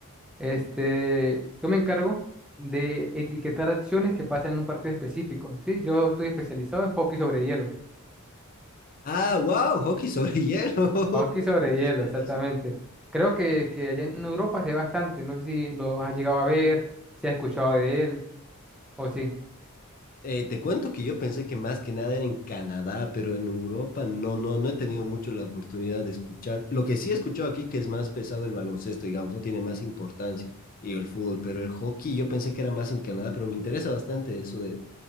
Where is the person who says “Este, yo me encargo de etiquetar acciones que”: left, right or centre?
Centre